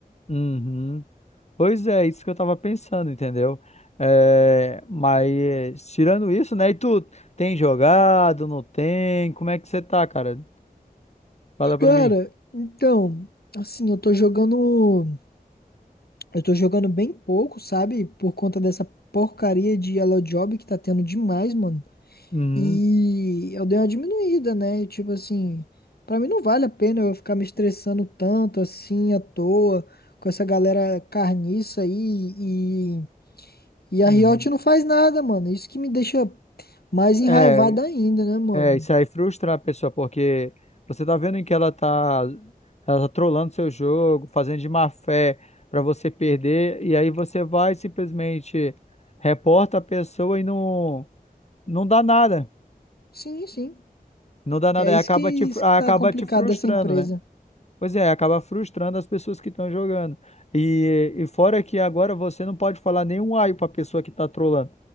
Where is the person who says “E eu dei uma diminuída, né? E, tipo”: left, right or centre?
Left